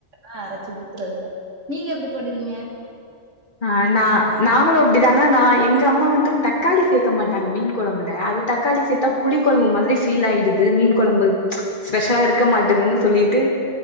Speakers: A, on the right; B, on the left.
A: ஆஹ் அரச்சி ஊத்துறதுல்ல நீங்க எப்டி பண்ணுவீங்க
B: ஆஹ் நா நாங்களும் அப்டிதா ஆனா நா எங்க அம்மா வந்து தக்காளி சேக்க மாட்டாங்க மீன் குழம்புல அது தக்காளி சேத்தா புளி குழம்பு மாரி ஃபீல் ஆயிடுது மீன் குழம்பு ஸ்பெஷலா இருக்க மாட்டுதுன்னு சொல்லிட்டு